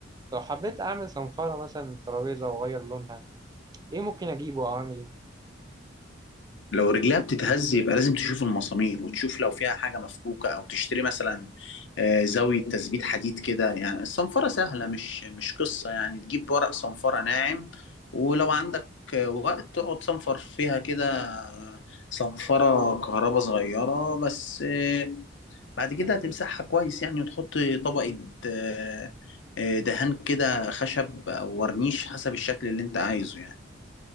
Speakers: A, on the right (about 20°); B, on the left (about 70°).
A: لو حبيت اعمل صنفرة مثلا ترابيزة واغير لونها ايه ممكن اجيبه او اعمل ايه
B: لو رجلها بتتهز يبقى لازم تشوف المسامير وتشوف لو فيها حاجة مفكوكة أو تشتري مثلا آه، زاوية تثبيت حديد كده يعني الصنفرة سهلة مش مش قصة يعني تجيب ورق صنفرة ناعم ولو عندك آه، وقت تقعد صنفر فيها كده آه، صنفرة كهرباء صغيرة بس آه، بعد كده هتمسحها كويس يعني وتحط طبقة آه، آه، دهان كده خشب أو ورنيش حسب الشكل اللي أنت عايزه يعني